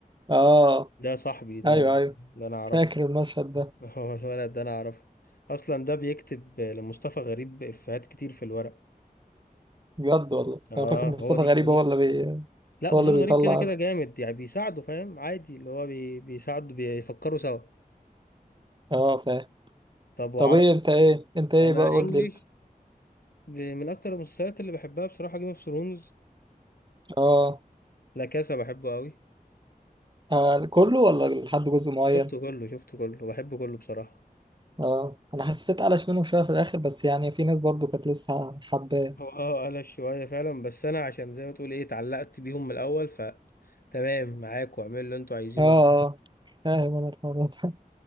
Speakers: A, on the right (about 30°); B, on the left (about 75°).
A: اه
B: ده صاحبي ده
A: ايوه ايوه
B: ده انا اعرفه
A: فاكر المشهد ده
B: <laughs> هو الولد ده انا اعرفه اصلا ده بيكتب لمصطفى غريب افيهات كتير في الورق
A: بجد والله
B: اه
A: انا فاكر مصطفى
B: هو دي
A: غريب
B: شغلته
A: هو اللي بي...
B: لا
A: هو
B: مصطفى
A: اللي بيطلع
B: غريب كده كده جامد يعني بيساعده فاهم عادي اللي هو بي... بيساعده بيفكروا سوا
A: اه فاهم
B: طب وعرب
A: طب ايه انت ايه انت ايه
B: انا
A: بقى قول
B: انجليش
A: لي انت
B: ب- من اكتر المسلسلات اللي بحبها بصراحه جيم اوف ثرونز
A: اه
B: لا كاسا بحبه قوي
A: آه، كله ولا لحد جزء معين
B: شفته كله شفته كله بحبه كله بصراحه
A: اه انا حسيت قلش منهم شويه في الاخر بس يعني في ناس برضو كانت لسه حباه
B: هو اه قلش شويه فعلا بس انا عشان زي ما تقول ايه اتعلقت بيهم من الاول ف تمام معاك واعملوا اللي انتوا عايزينه
A: اه آه،
B: <laughs> أنا
A: فاهم انا الحوار ده